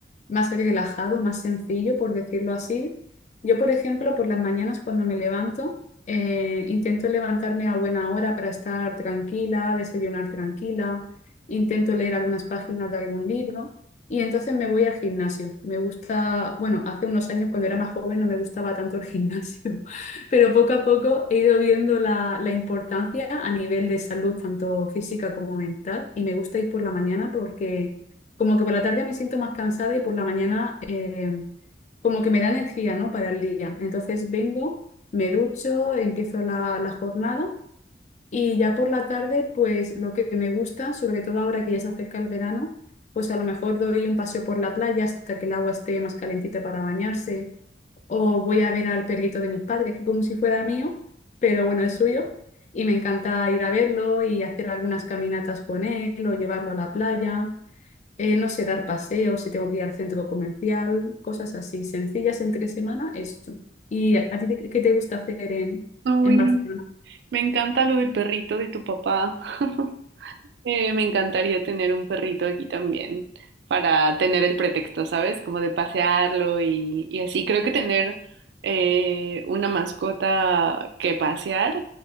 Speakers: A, on the left; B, on the right.
A: más relajado, más sencillo, por decirlo así. Yo, por ejemplo, por las mañanas cuando me levanto, eh, intento levantarme a buena hora para estar tranquila, desayunar tranquila, intento leer algunas páginas de algún libro y entonces me voy al gimnasio. Me gusta, bueno, hace unos años cuando era más joven no me gustaba tanto el <laughs> gimnasio. Pero poco a poco he ido viendo la, la importancia a nivel de salud, tanto física como mental, y me gusta ir por la mañana porque como que por la tarde me siento más cansada y por la mañana eh, como que me da energía, ¿no? para el día. Entonces vengo, me ducho, empiezo la, la jornada y ya por la tarde, pues lo que me gusta, sobre todo ahora que ya se acerca el verano, pues a lo mejor doy un paseo por la playa hasta que el agua esté más calentita para bañarse o voy a ver al perrito de mis padres, que como si fuera mío, pero bueno, es suyo, y me encanta ir a verlo y hacer algunas caminatas con él o llevarlo a la playa, eh, no sé, dar paseos si tengo que ir al centro comercial, cosas así, sencillas entre semana, eso. ¿Y a a ti te- qué te gusta hacer en,
B: Uy,
A: en Barcelona?
B: me encanta lo del perrito de tu papá. <laughs> Eh, me encantaría tener un perrito aquí también para tener el pretexto, ¿sabes? Como de pasearlo y, y así. Creo que tener eh, una mascota que pasear